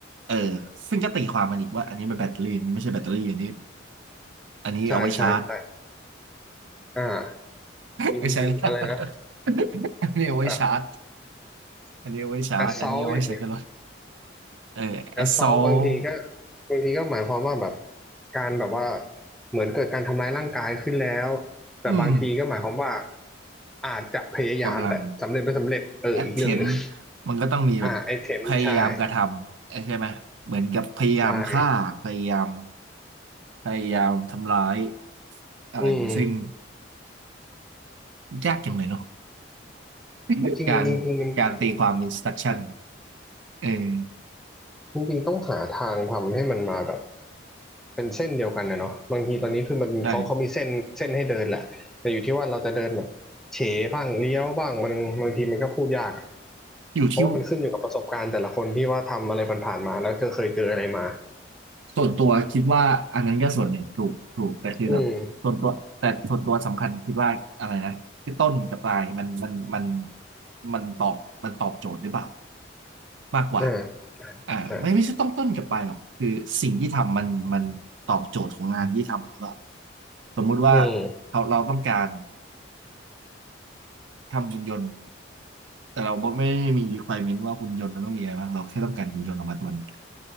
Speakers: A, on the right; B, in the centre.
A: เออซึ่งก็ตีความมันอีกว่าอันนี้มันแบตเตอรี่อันนี้ไม่ใช่แบตเตอรี่อันนี้อันนี้เอาไว้ชาร์จ
B: ใช่ใช่ใช่อ่ามีอะไรนะ
A: ไม่ใช่ละอันนี้เอาไว้ชาร์จ
B: แบบ
A: อันนี้เอาไว้ชาร์จอันนี้เอาไว้ใช้กับรถ
B: แอสซอลอย่างเงี้ย
A: เออ
B: แอสซอลบางทีก็
A: assault
B: บางทีก็หมายความว่าแบบการแบบว่าเหมือนเกิดการทำร้ายร่างกายขึ้นแล้วแต่บางทีก็หมายความว่า
A: อืม
B: อาจจะพยายามแต่สำเร็จไม่สำเร็จเอออีกเรื่องหนึ่ง
A: กำลัง attempt มันก็ต้องมีแบบ
B: อ่าไอเทมใช่
A: พยายามกระทำเออใช่ไหมเหมือนกับพยายามฆ่าพยายาม
B: ใช่
A: พยายามทำร้ายอะไรอย่างนี้ซึ่ง
B: อืม
A: ยากจังเลยเนาะ
B: จริงๆจริงๆมัน
A: <laughs> การการตีความ instruction เออ
B: จริงๆต้องหาทางทำให้มันมาแบบเป็นเส้นเดียวกันนะเนาะบางทีตอนนี้คือมันเขาเขามีเส้นเส้นให้เดินแหละแต่อยู่ที่ว่าเราจะเดินแบบเฉบ้างเลี้ยวบ้างมันบางทีมันก็พูดยากอะ
A: ใช่อยู่ที่
B: เพราะว่ามันขึ้นอยู่กับประสบการณ์แต่ละคนที่ว่าทำอะไรผ่านๆมาแล้วก็เคยเจออะไรมา
A: ส่วนตัวคิดว่าอันนั้นก็ส่วนหนึ่งถูกถูกแต่คือแบบส่วนตัวแต่ส่วนตัวสำคัญคิดว่าอะไรนะที่ต้นกับปลายมันมันมัน
B: อืม
A: มันตอบมันตอบโจทย์หรือเปล่ามากกว่า
B: อ่า
A: อ่าไม่ไม่ใช่ต้องต้นกับปลายหรอกคือสิ่งที่ทำมันมันตอบโจทย์ของงานที่ทำหรือเปล่า
B: ใช่
A: สมมุติว่า
B: อืม
A: เราเราต้องการทำหุ่นยนต์แต่เราไม่ได้มี requirement ว่าหุ่นยนต์มันต้องมีอะไรบ้างเราแค่ต้องการหุ่นยนต์ออกมาตัวหนึง